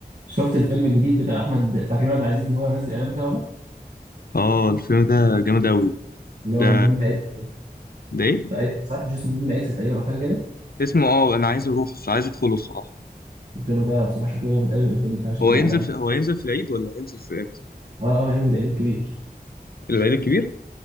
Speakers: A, on the right; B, on the left.
A: شفت الفيلم الجديد بتاع احمد بتاع كريم عبد العزيز اللي هو نزل الاعلان بتاعه ده
B: اه الفيلم ده جامد أوي
A: اللي
B: ده
A: هو مهمة اكس
B: ده إيه؟
A: تقريبا صح مش اسمه مهمة اكس تقريبا او حاجه كده
B: اسمه اه أنا عايز أروح عايز أدخله الصراحة
A: الفيلم ده بصراحه شكله جامد قوي والانتاج بتاعه شكله
B: هو ينزل
A: عالمي
B: في... هو ينزل في العيد ولا هينزل في إمتى؟
A: اه اه هينزل العيد الكبير
B: العيد الكبير؟